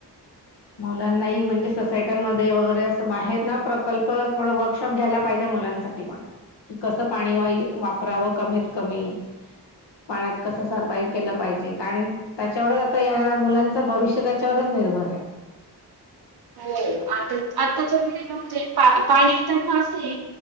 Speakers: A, on the left; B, on the right.
A: मुलांनाही म्हणजे सोसायट्यांमध्ये वगैरे असं बाहेर ना प्रकल्प थोडं वर्कशॉप घ्यायला पाहिजे मुलानसाठी पण कि कस पाणी वापरावं कमीत कमी
B: ह <unintelligible>
A: पाण्यात कस सर्वाइव केलं पाहिजे कारण त्याच्यावरच आता या मुलांच भविष्य त्याच्यावरच निर्भर आहे
B: हो आता आताच्या पिढीला म्हणजे पाणी त्यांना असं आहे